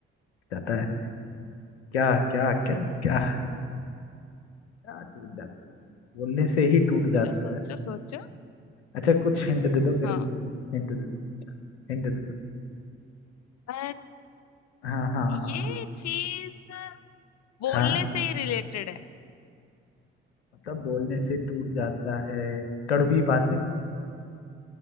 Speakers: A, on the left; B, on the left.
A: जाता है क्या क्या क्या क्या क्या टूट जाता है बोलने से ही टूट
B: सोचो
A: जाता
B: सोचो
A: है
B: सोचो
A: अच्छा कुछ हिंट दे दो मेरे
B: हाँ
A: को प्लीज हिंट दे हिंट दे दो
B: अ,
A: हाँ हाँ
B: ये
A: हाँ प्लीज
B: चीज बोलने
A: हाँ
B: से ही रिलेटेड है
A: मतलब बोलने से टूट जाता है कड़वी बातें